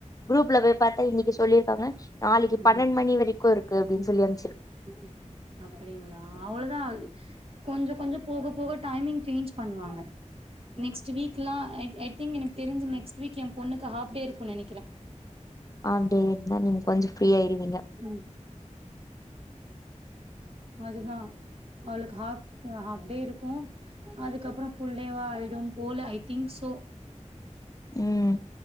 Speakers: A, on the left; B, on the right.
A: குரூப்ல போய் பாத்தா இன்னக்கி சொல்லிர்க்காங்க நாளக்கி
B: ம்
A: பன்னெண் மணி வரைக்கு இருக்கு அப்டின் சொல்லி அ
B: ம் அப்டிங்களா அவ்ளதா அது கொஞ்ச கொஞ்ச போக போக டைமிங் சேஞ்ச் பண்ணுவாங்க நெக்ஸ்ட் வீக்லா ஐ ஐ திங்க் எனக்கு தெருஞ்சு நெக்ஸ்ட் வீக் எ பொண்ணுக்கு ஹாஃப் டே இருக்குன் நெனக்கிறே
A: ஹாஃப் டே இருந்தா நீங்க கொஞ்சொ ஃப்ரீ ஆயிருவீங்க
B: ம் அதுதா அவளுக்கு ஹாஃப் ஹாஃப் டே இருக்கு அதுக்கப்புறொ ஃபுல்டேவா ஆயிடும் போல ஐ திங்க் சோ
A: ம்